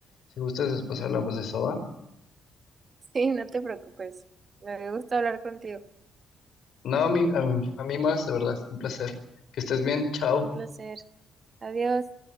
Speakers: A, on the left; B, on the right.
A: Si gustas, después hablamos de eso, ¿va?
B: Sí, no te preocupes, me gusta hablar contigo,
A: No, a mí, a mí, a mí más, de verdad, un placer. Que estés bien, chao.
B: un placer, adiós.